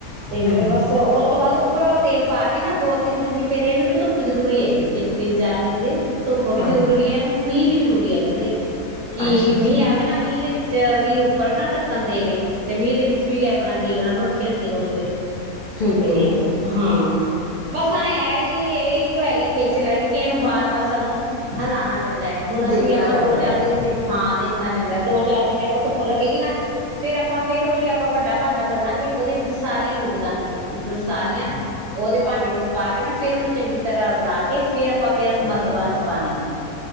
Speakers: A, on the left; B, on the right.
A: ਹਮ
B: ਤੇ ਫਿਰ ਬਸ ਉਸ ਤੋਂ ਬਾਅਦ ਉਪਰੋ ਤੇਲ ਪਾ ਕੇ ਨਾ ਦੋ ਤਿੰਨ ਦਿਨ ਦੀ ਫਿਰ ਇਹਨੂੰ ਵੀ ਧੁੱਪ ਜਰੂਰੀ ਹੈਗੀ ਤਿੰਨ ਤਿੰਨ ਚਾਰ ਦਿਨ ਦੀ ਧੁੱਪ ਵੀ
A: ਹਾਂਜੀ
B: ਜਰੂਰੀ ਇਹਨੂੰ, ਮੰਮੀ ਜਰੂਰੀ ਹ ਕਹਿੰਦੇ ਕਿ
A: ਅੱਛਾ ਅੱਛਾ
B: ਮੀਂਹ ਆਵੇ ਨਾ ਮੀਂਹ ਦੇ ਵਿੱਚ ਵੀ ਉੱਪਰ ਨਾ ਢੱਕਣ ਦੇ ਰਹੇ ਤੇ ਮੀਂਹ ਦੇ ਵਿੱਚ ਵੀ ਗਏ ਆਪਣਾ ਗਿੱਲ ਨੂੰ ਰੱਖੀ ਰੱਖੇ ਥੋੜ੍ਹੀ ਦੇਰ
A: ਠੀਕ
B: ਤੇ
A: ਹੈ
B: ਹਾਂ ਬਸ ਆਏ ਐ, ਏ ਦੀ ਬਸ ਅਹਿਓ ਹੈਗੀ ਖੇਕਲ ਹੈਗੀ ਕੀ ਇਹਨੂੰ ਬਾਰ ਬਾਰ ਸਾਨੂੰ ਹਿਲਾਣਾ ਪੈਂਦਾ, ਹੁਣ ਅਸੀਂ
A: ਦੇਖਣਾ
B: ਆਪਾਂ
A: ਪੈਂਦਾ
B: ਦੋ ਚਾਰ
A: ਹੈ
B: ਦਿਨ ਹਾਂ ਦੇ ਰੱਖਣਾ ਪੈਂਦਾ। ਦੋ ਚਾਰ ਦਿਨ ਆਪਾਂ ਧੁੱਪ ਲੱਗੇਗੀ ਨਾ ਫਿਰ ਆਪਾਂ ਫਿਰ ਉਹੀ ਆਪਾਂ ਵੱਡਾ ਭਾਂਡਾ ਲੈ ਲਾਂਗੇ ਉਹਦੇ ਵਿੱਚ ਸਾਰੀਆਂ ਲੂਦ ਦਾਂਗੇ ਮਤਲਬ ਸਾਰੀਆਂ ਉਹਦੇ ਭਾਂਡੇ ਵਿੱਚ ਪਾ ਕੇ ਨਾ ਫਿਰ ਉਹਨੂੰ ਚੰਗੀ ਤਰ੍ਹਾਂ ਐ ਫੇਰ ਆਪਾਂ ਫੇਰ ਮਰਤਬਾਨ ਚ ਪਾਉਣੀ ਆ